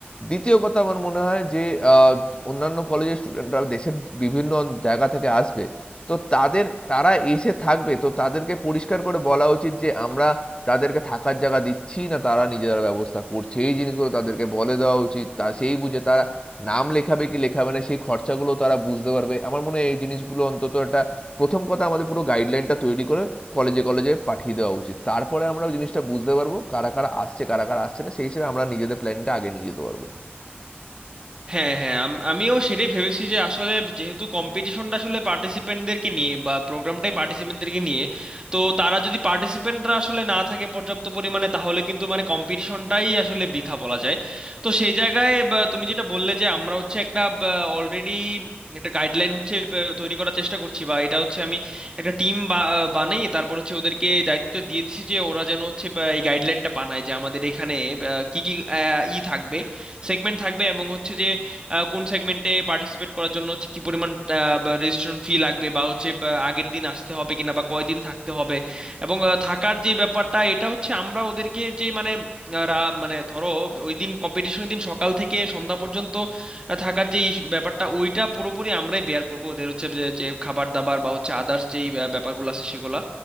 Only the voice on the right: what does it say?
হ্যাঁ হ্যাঁ আম- আমিও সেটাই ভেবেছি যে আসলে যেহেতু কম্পিটিশনটা আসলে পার্টিসিপেন্টদেরকে নিয়ে বা প্রোগ্রামটাই পার্টিসিপেন্টদেরকে নিয়ে তো তারা যদি পার্টিসিপেন্টরা আসলে না থাকে পর্যাপ্ত পরিমাণে তাহলে কিন্তু মানে কম্পিটিশনটাই আসলে বৃথা বলা যায় তো সেই জায়গায় বা তুমি যেটা বললে যে আমরা হচ্ছে একটা অলরেডি একটা গাইডলাইন হচ্ছে বা, তৈরি করার চেষ্টা করছি বা এটা হচ্ছে আমি একটা টিম বানাই তারপর হচ্ছে ওদেরকে দায়িত্ব দিয়ে দিছি যে ওরা যেন হচ্ছে বা, এই গাইডলাইনটা বানায় যে আমাদের এখানে বা, কি কি আহ, ই থাকবে সেগমেন্ট থাকবে এবং হচ্ছে যে আহ, কোন সেগমেন্টে পার্টিসিপেট করার জন্য হচ্ছে কি পরিমাণ রেজিস্ট্রেশন ফি লাগবে বা হচ্ছে বা আগের দিন আসতে হবে কিনা বা কয়দিন থাকতে হবে এবং আহ, থাকার যে ব্যাপারটা এটা হচ্ছে আমরা ওদেরকে যে মানে আহ, রা- মানে ধরো ওই দিন কম্পিটিশনের দিন সকাল থেকে সন্ধ্যা পর্যন্ত আহ, থাকার যে ইস- ব্যাপারটা ওইটা পুরোপুরি আমরাই বেয়ার করব ওদের হচ্ছে যে যে খাবার দাবার বা হচ্ছে আদার্স যেই আহ, ব্যাপারগুলো আছে সেগুলা